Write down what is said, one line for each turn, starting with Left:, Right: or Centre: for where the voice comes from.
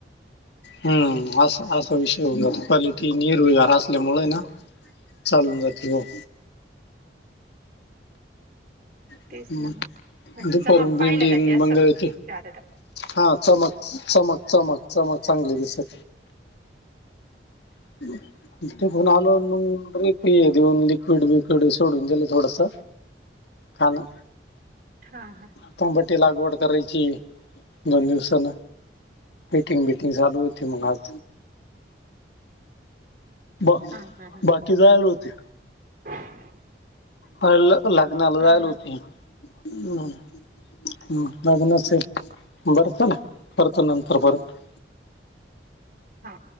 Left: हम्म असं असा विषय होऊन जातो क्वालिटी निरुडार असल्यामुळे ना. चालून जाते हो. हम्म
Right: तेच ना
Left: मग
Right: म्हणजे
Left: दुपारहून
Right: चमक
Left: भेंडी
Right: पाहायला जाते असं
Left: मग ते
Right: जादा तर
Left: हा चमक. चमक चमक चमक चांगले दिसती. <inaudible>
Right: हा
Left: ते पून आलो अन मग रेप देऊन लिक्विड बिक्विड सोडून गेलं थोडस. खा ना.
Right: हा
Left: तंबाटी लागवड करायची, दोन दिवसान. मीटिंग बीटिंग चालू होती मग आज. ब
Right: हा हा
Left: बाकी जायला होते.
Right: <inaudible>
Left: हाय ल लग्नाला
Right: हा
Left: जायला
Right: हा
Left: होतो की हम्म. हा लग्नाचे बर चला, करतो नंतर परत.
Right: हा.